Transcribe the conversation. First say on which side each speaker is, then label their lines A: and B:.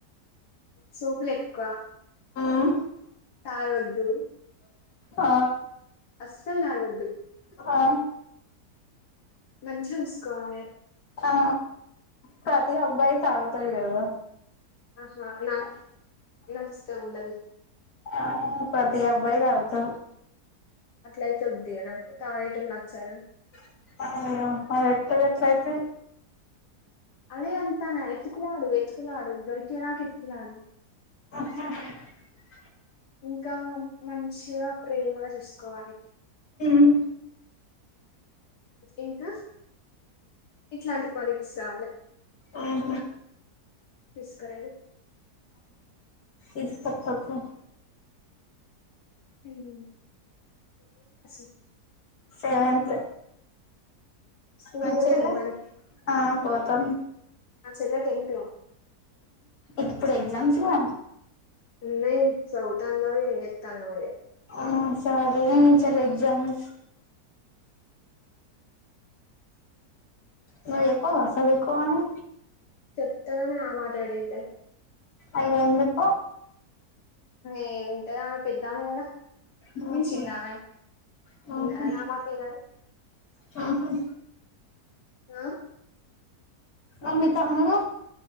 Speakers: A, on the left; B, on the left.
A: సోపులు ఎక్కువ
B: మ్
A: తగొద్దు
B: ఆ
A: అస్స నా వడ్డి
B: హా
A: మంచీగా చుసుకోవాలే
B: ఆ ప్రతి అబ్బాయి తాగుతాడు అద
A: ఆహా నా నష్టం ఉండదు
B: ఆ ప్రతి <unintelligible>
A: అలా వద్దియ నాకు తాగే టోల్లు నచ్చరు
B: <unintelligible> అయితే
A: అదే ఎంతానా ఎత్తుకున్నాడు ఎతుకులాడు దొరికే నాక ఎతుకులాడు
B: <unintelligible>
A: ఇంకా మంచిగా ప్రేమ చూసుకోవాలి
B: మ్
A: ఇంకా ఇట్లాంటి క్వాలిటీస్ రావాలి
B: ఆహా
A: తీస్కరయి
B: <unintelligible> పకు
A: ఉమ్ <unintelligible>
B: సెవెంత్
A: స్కూల్
B: మ
A: పోతుందా
B: చెలే
A: మరి
B: ఆ పోతాం
A: నా చెల్లె టెన్త్
B: ఇప్పుడు ఎగ్జామ్స్ లో
A: వున్నే సావితన్నవో ఏతాన్న మరి
B: ఆ సరే చాల ఎగ్జామ్స్ మాక్ చెప్పావ సదుకో అని
A: చెప్తేనే ఆ మాట అనిందేధి
B: అయ ఎందుకు
A: ఏమింటదా ఆమె పెద్దామే కదా
B: బపు
A: నేను చిన్నామె
B: బపు
A: విన్నదా నా మాట ఈనదు
B: <unintelligible> ఆ
A: ఆ
B: మరి మీ తమ్ముడు